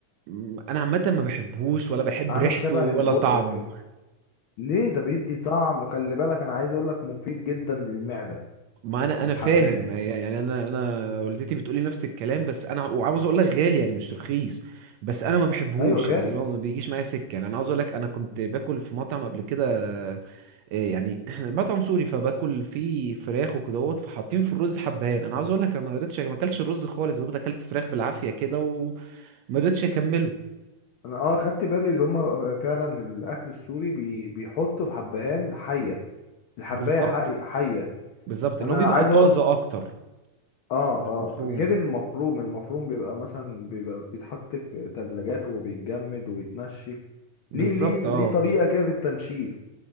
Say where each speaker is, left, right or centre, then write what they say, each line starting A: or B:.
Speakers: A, on the right (about 75°); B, on the left (about 80°).
A: م- انا عامه ما بحبهوش ولا بحب
B: عامل
A: ريحته
B: شبه
A: ولا
B: البودره
A: طعمه
B: كده ليه ده بيدي طعم وخلي بالك انا عايز اقول لك مفيد جدا للمعده
A: ما انا
B: الحبهان
A: انا فاهم
B: ده
A: يعني انا انا والدتي بتقولي نفس الكلام بس انا وعاوز اقول لك غالي يعني مش رخيص بس انا ما بحبهوش
B: ايوه غالي
A: يعني اللي هو ما بيجيش معايا سكه يعني انا عاوز اقول لك انا كنت باكل في مطعم قبل كده إيه يعني <clears throat> مطعم سوري فباكل فيه فراخ وكدهوت فحاطين في الرز حبهان انا عاوز اقول لك انا ما قدرتش ما اكلتش الرز خالص دوبت اكلت فراخ بالعافيه كده وما قدرتش اكمله
B: انا اه خدت بالي اللي هم فعلا الاكل السوري بي بيحطوا الحبهان حيه الحبايه
A: بالظبط
B: حي حيه
A: بالظبط ان
B: انا
A: هو بيبقى
B: عايز
A: طازه
B: اقول
A: اكتر
B: اه
A: من المفروم
B: اه غير المفروم المفروم بيبقى مثلا بيبقى بيتحط في تلاجات وبيتجمد ويتنشف
A: بالظبط
B: ليه ليه
A: اه
B: ليه طريقه كده في التنشيف